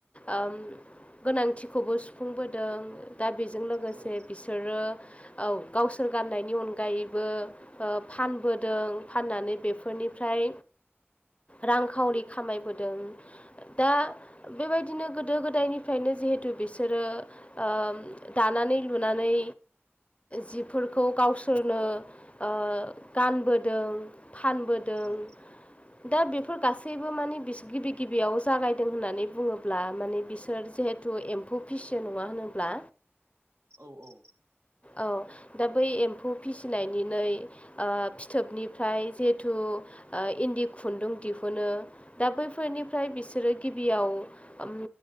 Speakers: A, on the left (about 30°); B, on the right (about 75°).
A: ओम गोनांथिखौबो सुफुंबोदों दा बेजों लोगोसे
B: औ
A: बिसोरो औ गावसोर गाननायनि अनगायैबो ओ फानबोदों फाननानै बेफोरनिफ्राय रांखावरि खामायबोदों दा बेबायदिनो गोदो गोदायनिफ्रायनो जिहेथु बिसोरो ओ दानानै लुनानै जिफोरखौ गावसोरनो ओ गानबोदों फानबोदों
B: औ
A: <inaudible> <unintelligible> दा बेफोर गासैबो माने गिबि गिबियाव जागायदों होननानै बुङोब्ला माने बिसोर जेहे थु एम्फौ फिसियो नङा होनोब्ला
B: औ-औ
A: औ दा बै एम्फौ फिसिनायनिनै फिथोबनिफ्राय जिहेथु ओ इन्दि खुन्दुं दिहुनो दा बैफोरनिफ्राय बिसोरो गिबियाव उम